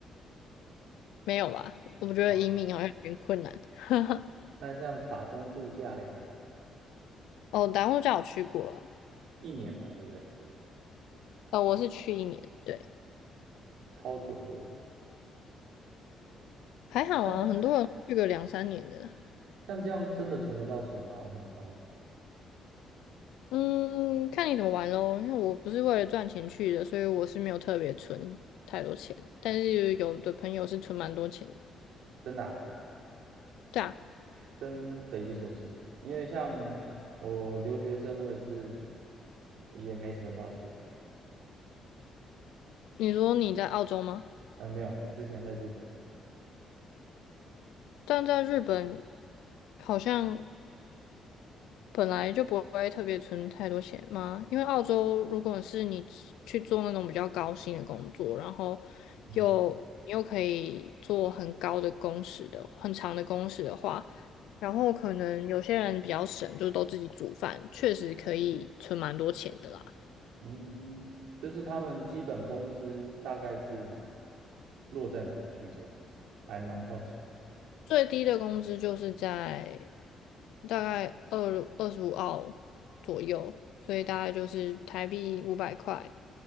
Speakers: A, on the left (about 90°); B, on the right (about 80°).
A: 没有吧？我觉得移民好像有点困难。
B: 啊，
A: <laughs>
B: 那像打工度假嘞，
A: 哦，达悟家我去过了，
B: 一年嘛，对不对？
A: 呃，我是去一年，对。
B: 超久的，
A: 还好啊，
B: 像
A: 很多人去个两三年的。
B: 像这样真的存得到钱吗？我很怀疑，
A: 嗯，看你怎么玩咯。因为我不是为了赚钱去的，所以我是没有特别存太多钱。但是有的朋友是存蛮多钱的。
B: 真的啊
A: 对啊，
B: 真匪夷所思。因为像我留学生，我也是也没存到钱，
A: 你说你在澳洲吗？
B: 嗯、没有，之前在日本。
A: 但在日本好像本来就不会特别存太多钱嘛，因为澳洲如果是你去做那种比较高薪的工作，然后
B: 嗯
A: 又你又可以做很高的工时的很长的工时的话，然后可能有些人比较省，就都自己煮饭，确实可以存蛮多钱的啦。
B: 嗯，就是他们基本工资大概是落在哪个区间呢？还蛮好奇。
A: 最低的工资就是在大概二二十五澳左右，所以大概就是台币五百块。